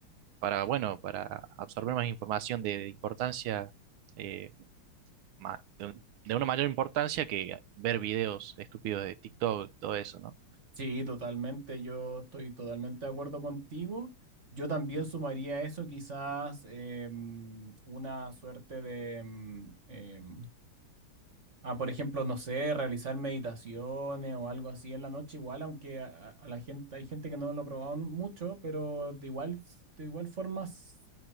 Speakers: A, on the right; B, on the right.
A: para, bueno, para absorber más información de, de importancia, eh, ma- de, un- de una mayor importancia que ver videos estúpidos de TikTok, todo eso, ¿no?
B: Sí, totalmente. Yo estoy totalmente de acuerdo contigo. Yo también sumaría a eso quizás em, una suerte de, em, em, a, por ejemplo, no sé, realizar meditaciones o algo así en la noche, igual, aunque a, a la gente, hay gente que no lo ha probado mucho, pero de igual, de igual forma s-